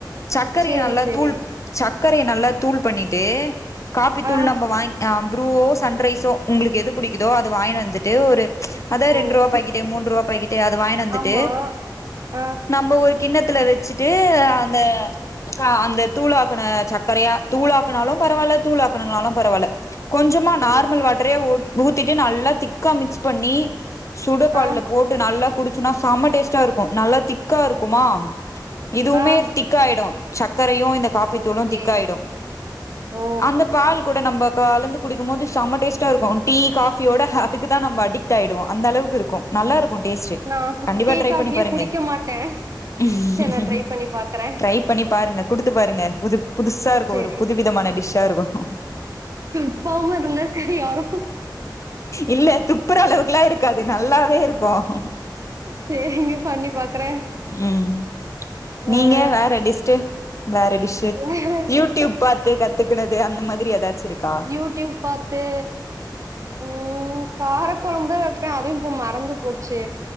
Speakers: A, on the left; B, on the right.
A: சர்க்கரைய
B: சேரி
A: நல்லா
B: சேரி.
A: தூள் சக் சக்கரைய நல்லா தூள் பண்ணிட்டு காப்பி தூள்
B: ஆ.
A: நம்ப வாங்க் ப்ரூவோ சன்ரைஸ் சோ உங்களுக்கு எது புடிக்கதோ அது வாங்கிட்டுவந்துட்டு ஒரு அதாவது
B: ஓ!
A: ரெண்டு ரூபா பக்கேட்டு மூன்று ரூபா அது வாங்கினு வந்துட்டு
B: ஆமா. ஆ.
A: நம்ம ஒரு கிண்ணத்துல வச்சுட்டு அந்த அந்த தூளாக்கன சக்கரையா தூளாக்கனாலும் பரவால்ல தூளாக்கணனாலாம் பரவால்ல கொஞ்சமா நார்மல்
B: ஓ!
A: வாட்டரே ஊத்திட்டு நல்லா திக்கா மிக்ஸ் பண்ணி சுடுபன்னு
B: ஆ.
A: போது நல்லா குடிச்சுன்னா செம டேஸ்ட்டா இருக்கும் நல்லா திக் திக்கா இருக்குமா
B: ஓ!
A: இதுவுமே
B: ஆ.
A: திக்கா ஆயிடும் சட் சக்கரையும் இந்த காப்பித்தூளும்
B: ஓகே.
A: திக்காயிடும்
B: ஓ!
A: அந்த பால் கூட நம்ம கலந்து குடிக்கும் போது செம டேஸ்ட்டா இருக்கும் டீ காபியோட அதுக்குதா நம்ப அடிக்ட் ஆகிடுவோம் அந்த அளவுக்கு
B: ஓ!
A: நல்லா இருக்கும் டேஸ்ட்டே
B: நா
A: கண்டிப்பா
B: டீ,
A: ட்ரை
B: காஃபியே
A: பண்ணி பாருங்க
B: குடிக்க மாட்டே.
A: ம்
B: சரி நா ட்ரை பண்ணி பாக்குறே.
A: ட்ரை பண்ணி பாருங்க குடுத்து பாருங்க புது புதுசா இருக்கும்
B: சேரி.
A: ஒரு புதுவிதமான டிஷ்ஷா இருக்கும்
B: துப்பாம இருந்தா சரியாரு.
A: இல்ல துப்புற அளவுக்குல்லா இருக்காது நல்லாவேருக்கும்
B: செரிங்க பண்ணி பாக்குற
A: ம்
B: வேற
A: நீங்க டிஸ்ட்டு வேற டிஷு
B: வேற
A: யூடியூப் பாத்து கத்துக்குனது அந்த மாதிரி ஏதாச்சு இருக்கா
B: யூடியூப் பாத்து உம் கார புளிக்குழம்பு வைப்பே அதுவும் இப்ப மறந்து போச்சு